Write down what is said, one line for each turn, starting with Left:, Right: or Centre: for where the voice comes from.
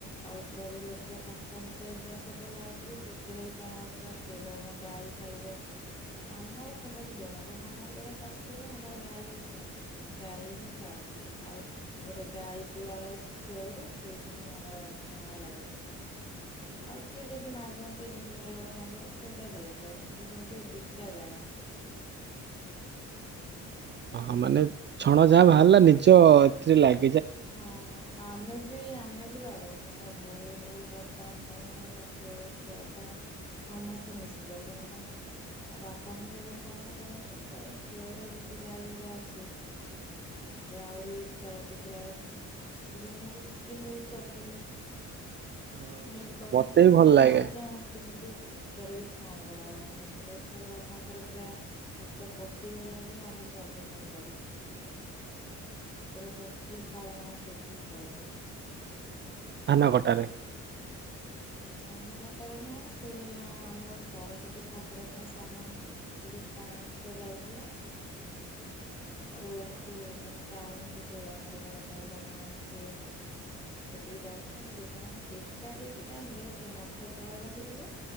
Left: ଅଳ୍ପ ବି ଲୋକ ତାଙ୍କ ମତେ ବି ଚାଷ କଲାବେେଳକୁ ବି ସେଥିରେ ବି ଟଣା ଉଟରା, କିଏ ମୋ ଗାଈ ଖାଇବ ଆମର କାହାକୁ ଦଉନା କାହିଁକି, ଆମର ଯୋଉଟା ଚାଷ ହଉ ଆମର ଗାଈ ଅଛି ଗାଈ ହିଁ ଖାଏ ଆଉ ଗୋଟେ ଗାଈ ଗୁଆଳ ଅଛି ଛୁଆବେଳଠୁ, ସେଇଠି ହିଁ ଆମର ଛଣ ଲାଗିଯାଏ। ଆଉ କିଏ ଯଦି ମାଗନ୍ତି, ଏମିତି ଭଲରେ ମନ୍ଦରେ ସେଇଟା ଦିଆଯାଏ, କିନ୍ତୁ ସେମିତି ବିକା ଯାଏ ନା
Right: <inaudible> ଓହ ମାନେ ଛଣ ଯାହା ବାହାରିଲା, ନିଜ ଏଥିରେ ଲାଗ
Left: ହଁ ଆମେ ବି ଆମେ ବି ବାଡଉ, ମୋ ବୋଉ ବାପା ମୁଁ ମୋ ଛୁଆ ହେଉ ଛୁଆପା ସମସ୍ତେ ମିଶିଯାଉ, କାହିଁକିନା? ଆଉ ବାପା ହିଁ କେବଳ ଚାଷ କରନ୍ତି, ତାପରେ ଛୁଆ ଘର ଯେହେତୁ ଗାଈଗୋରା ଅଛି ଆରିି ତରଦ କେ ଲଳ <unintelligible> ସେ ମୁଁ ବି କିଛି ଟା ହେଲ୍ପ କରିଦିଏ।
Right: ହଁ
Left: ହେଲ୍ପ କରନ୍ତି,
Right: ମତେ ବି
Left: ବହୁତ
Right: ଭଲ ଲାଗେ।
Left: ମଜାମସ୍ତି କିନ୍ତୁ କରିକି ଛଣ ବାଡାଉ ଆମେ କିନ୍ତୁ ଏଥର ବାପାଙ୍କର ପୁରା ହାତ କଟିଗଲା ଯେ ଆମେ ସବୁ ପୁଣି କଲ <unintelligible>
Right: <inaudible>
Left: ପୁରା ଚକି ଫାଳେ ମାସ ଉଠିକି ପଳେଇଲା।
Right: ଧାନ କୋଟାରେ
Left: ଧାନ କଟାରେ ନୁହଁ, ସେ ହେଲା ଆମର ସରସ୍ଵତୀ ଠାକୁର ପାଇଁ ସାମାନ ଯେଉଁ ଷ୍ଟାଣ୍ଡଟା ଯାଉଥିଲା
Right: <inaudible>
Left: ରୋଡ଼କୁ ମାନେ ଟାଉନକୁ ସେ ଆମର ଜଣେ ମଉସା ବନାନ୍ତି ସେ ସେଠିକି ଯାଉଥିଲେ, ସେ କହନା ଟେକା ଟେକି ଟାଇମରେ ସେ ହାତ ତଳେ ରଖିଥିଲେ।